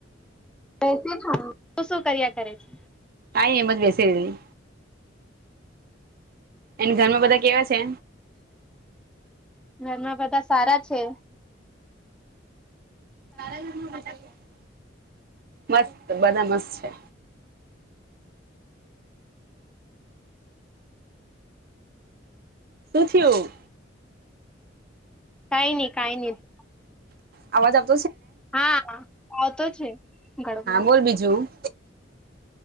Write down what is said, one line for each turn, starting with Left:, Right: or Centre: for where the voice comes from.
Centre: બેઠી છું. તું શું કર્યા કરે છે?
Right: આઈ એમજ બેસી રયલી. અન ઘરમાં બધા કેવા છે?
Centre: ઘરમાં બધા સારા છે.
Right: તારા ઘરમાં બધા કેવા છે? મસ્ત. બધા મસ્ત છે. શું થ્યું?
Centre: કાંઈ નઈ. કાંઈ નઈ.
Right: આવાજ આવ
Centre: હા, આવતો છે. ગડબડ
Right: હા, બોલ બીજું.